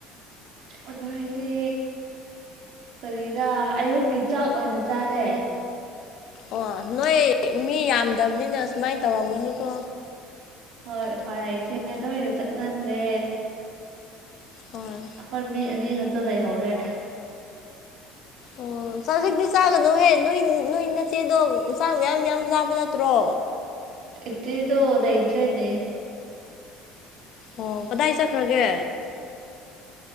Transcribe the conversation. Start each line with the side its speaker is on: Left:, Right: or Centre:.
Right: ꯑꯈꯣꯏꯗꯤ ꯀꯔꯤꯔꯥ ꯑꯌꯨꯛꯀꯤ ꯆꯥꯛ ꯑꯣꯏꯅ ꯆꯥꯔꯦ
Left: ꯑꯣ ꯅꯣꯏ ꯃꯤ ꯌꯥꯝꯗꯕꯅꯤꯅ ꯁꯨꯃꯥꯏꯅ ꯇꯧꯔꯝꯒꯅꯤꯀꯣ
Right: ꯍꯣꯏ ꯎꯄꯥꯏ ꯂꯩꯇꯦ ꯂꯣꯏꯅ ꯆꯠꯅꯈ꯭ꯔꯦ
Left: ꯍꯣꯏ
Right: ꯑꯩꯈꯣꯏ ꯃꯤ ꯑꯅꯤ ꯈꯛꯇ ꯂꯩꯍꯧꯔꯦ
Left: ꯑꯣ ꯆꯖꯤꯛꯇꯤ ꯆꯥꯒꯅꯨꯍꯦ ꯅꯣꯏ ꯅꯣꯏ ꯅꯆꯦꯗꯣ ꯆꯥꯛ ꯌꯥꯝꯌꯥꯝ ꯌꯥꯝ ꯆꯥꯕ ꯅꯠꯇ꯭ꯔꯣ
Right: ꯏꯆꯦꯗꯣ ꯂꯩꯇ꯭ꯔꯦꯅꯦ
Left: ꯑꯣ ꯀꯗꯥꯏ ꯆꯠꯈ꯭ꯔꯒꯦ